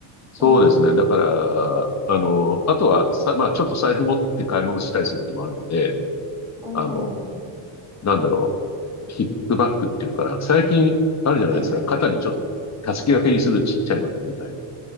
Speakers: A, on the left; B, in the centre.
A: そうですね。
B: そんなことない。
A: だから、あの、あとはさ、まあ、ちょっと財布持って買い物したりする時もあるので、
B: おー、
A: あの、なんだろう、ヒップバッグっていうのかな。最近あるじゃないですか。
B: はいはい。
A: 肩にちょっと、たすき掛けにするちっちゃいバッグみたいな。